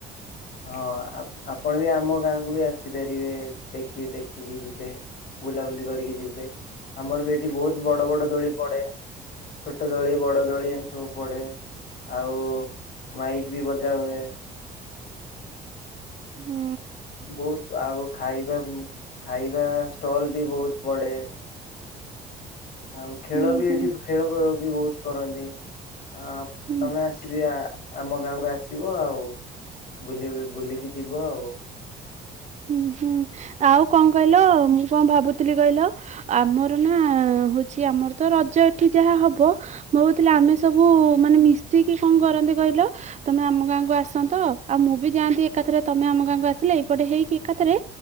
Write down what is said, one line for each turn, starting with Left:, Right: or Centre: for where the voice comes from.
Left: ହଁ ଆପ ଆପଣ ବି ଆମ ଗାଁକୁ ବି ଆସି ପାରିବେ ଦେଖି ଦେଖିକି ଯିବେ। ବୁଲାବୁଲି କରିକି ଯିବେ ଆମର ବି ଏଠି ବୋହୁତ୍ ବଡ଼ ବଡ଼ ଦୋଳି ପଡ଼େ। ଛୋଟ ଦୋଳି ବଡ଼ ଦୋଳି ଏମିତି ସବୁ ପଡ଼େ ଆଉ ମାଇକ୍ ବି ବଜା ହୁଏ।
Right: ହୁଁ
Left: ବୋହୁତ ଆଉ ଖାଇବା ଖାଇବା ଷ୍ଟଲ ବି ବୋହୁତ ପଡେ। ଆଉ ଖେଳ
Right: ହୁଁ
Left: ବି
Right: ହୁଁ।
Left: ଏଠି ଖେଳ ବି ବୋହୁତ କରନ୍ତି। ଆପ
Right: ହୁଁ
Left: ତମେ ଆସିବି ଆ ଆମ ଗାଁକୁ ଆସିବ ଆଉ ବୁଲି ବୁଲିକି ଯିବ ଆଉ
Right: ହୁଁ ହୁଁ ଆଉ କଣ କହିଲ ମୁଁ କଣ ଭାବୁଥିଲି କହିଲ? ଆମର ନା ହୋଉଚି ଆମର ତ ରଜ ଏଠି ଯାହା ହବ ଭାବୁଥିଲି ଆମେ ସବୁ ମାନେ ମିଶିକି କଣ କରନ୍ତେ କହିଲ ତମେ ଆମ ଗାଁକୁ ଆସନ୍ତ ତ ଆଉ ମୁଁ ବି ଯାଆନ୍ତି ଏକାଥରେ ତମେ ଆମ ଗାଁକୁ ଆସିଲେ ଏଇପଟେ ହେଇକି ଏକାଥରେ